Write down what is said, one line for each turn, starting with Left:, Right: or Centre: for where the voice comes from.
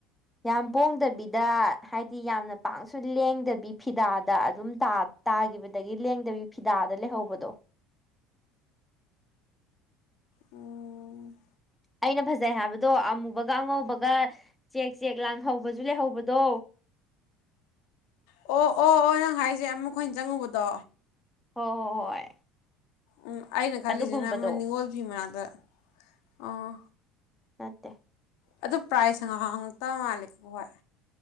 Centre: ꯌꯥꯝ ꯄꯣꯡꯗꯕꯤꯗ ꯍꯥꯏꯗꯤ ꯌꯥꯝꯅ ꯄꯥꯛꯁꯨ ꯂꯦꯡꯗꯕꯤ ꯐꯤꯗꯥꯗ ꯑꯗꯨꯝ ꯇꯥ ꯇꯥꯒꯤꯕꯗꯒꯤ ꯂꯦꯡꯗꯕꯤ ꯐꯤꯗꯥꯗ ꯂꯩꯍꯧꯕꯗꯣ
Left: ꯎꯝ
Centre: ꯑꯩꯅ ꯐꯖꯩ ꯍꯥꯏꯕꯗꯣ ꯑꯃꯨꯕꯒ ꯑꯉꯧꯕꯒ ꯆꯦꯛ ꯆꯦꯛ ꯂꯥꯡꯍꯧꯕꯁꯨ ꯂꯩꯍꯧꯕꯗꯣ
Left: ꯑꯣ ꯑꯣ ꯑꯣ ꯅꯪ ꯍꯥꯏꯁꯦ ꯑꯃ ꯃꯈꯣꯏꯅ ꯆꯪꯉꯨꯕꯗꯣ
Centre: ꯍꯣꯏ ꯍꯣꯏ ꯍꯣꯏ
Left: ꯎꯝ ꯑꯩꯅ ꯈꯜꯂꯤꯁꯤꯅ
Centre: ꯑꯗꯨꯒꯨꯝꯕꯗꯣ
Left: ꯑꯃ ꯅꯤꯉꯣꯜ ꯐꯤ ꯃꯅꯥꯛꯇ ꯑꯣ
Centre: ꯅꯠꯇꯦ
Left: ꯑꯗꯨ ꯄ꯭ꯔꯥꯏꯖ ꯍꯉꯛ ꯉꯛꯇ ꯃꯥꯜꯂꯦꯀꯣ ꯈꯣꯏ